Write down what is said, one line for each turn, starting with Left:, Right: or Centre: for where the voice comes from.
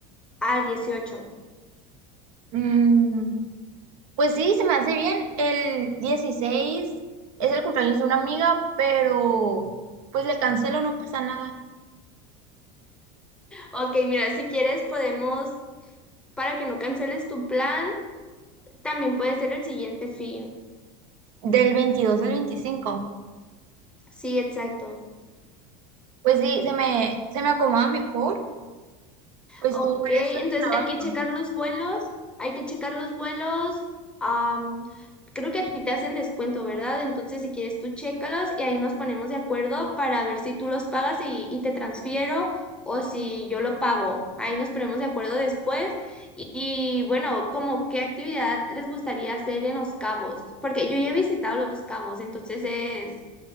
Centre: al dieciocho
Right: Mm, pues sí, se me hace bien. El 16 es el cumpleaños de una amiga, pero pues le cancelo, no pasa nada.
Centre: Ok, mira, si quieres podemos, para que no canceles tu plan, también puede ser el siguiente fin.
Right: Del veintidós al veinticinco
Centre: Sí, exacto.
Right: Pues sí, se me, se me acomoda mejor. Pues
Centre: Ok,
Right: tú
Centre: entonces
Right: eres la que trabaja.
Centre: hay que checar los vuelos, hay que checar los vuelos. am, creo que a ti te hacen descuento, ¿verdad? Entonces, si quieres, tú chécalos y ahí nos ponemos de acuerdo para ver si tú los pagas y, y te transfiero o si yo lo pago. Ahí nos ponemos de acuerdo después. Y, y, bueno, como qué actividad les gustaría hacer en Los Cabos, porque yo ya he visitado Los Cabos, entonces es,